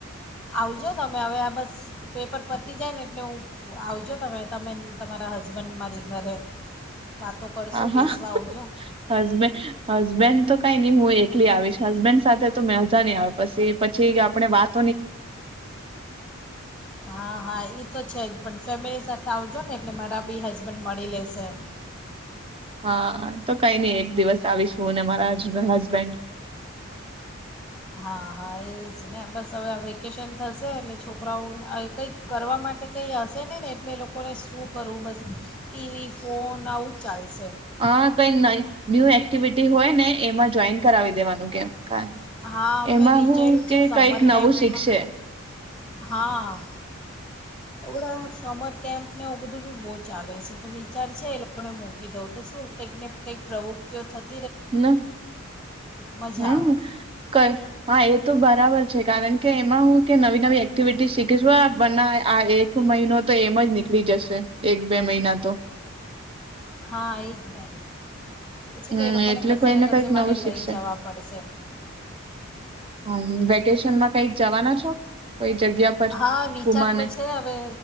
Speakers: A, in the centre; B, on the right.
A: આવજો તમે હવે આ બસ પેપર પતી જાય ને એટલે હું આવજો તમે તમે તમારા હસબન્ડ મારી ઘરે. વાતો કરશું
B: હા
A: બેસવા
B: હા
A: આવજો
B: હસબેન્ડ હસબેન્ડ તો કઈ નઈ હું એકલી આવીશ હસબેન્ડ સાથે તો મેંજા નઈ આવ. પશી પછી આપણે વાત
A: હા હા ઈ તો છેજ. પણ ફેમિલી સાથે આવજોને એટલે મારા બી હસબન્ડ મળી લેશે.
B: હા તો કઈ નઈ એક દિવસ આવીશ હું ને મારા હસબેન્ડ
A: હા હા એ જ ને બસ હવે આ વેકેશન થશે એટલે છોકરાઓ કંઈક કરવા માટે કંઈ હશે નહીં ને એટલે લોકોને શું કરવું બસ ટી વી ફોન આવું જ ચાલશ.
B: હા કઈ નઈ ન્યૂ એક્ટિવિટી હોય ને એમાં જ જોઈન કરાવી દેવાનું કેમ. કાય
A: હા મેં
B: એમાં
A: વિચાર્યું
B: હું કે
A: છે સમર
B: કઈક
A: કેમ્પમાં
B: નવું શીખશે.
A: હા હમણાં સમર કેમ્પને એ બધું બી બહુ ચાલે છે તો વિચાર છે એ લોકોને મૂકી દઉં તો શું કંઈક ને કંઈક પ્રવૃત્તિઓતી થ
B: ન
A: મજા
B: હમ્મ
A: આવે
B: કય હા એ તો બરાબર છે કારણ કે એમાં હું કે નવી નવી એ- ક્ટિવિટી શીખીશું આ બન ના આ એક મહિનો તો એમ જ નીકળી જશે એક બે મહિના તો.
A: હા એજ ને. પછી
B: હમ
A: તો એ લોકોને
B: એટલે
A: કશે
B: કોઈને
A: ને કશે
B: કઈક
A: મારે
B: નવું
A: લઈ
B: શીખશે
A: જવા પડશે.
B: હમ્મ વેકેશનમાં કઈક જવાના છો? કોઈ જગ્યા પર
A: હા વિચાર
B: ગુમાને
A: તો છે હવે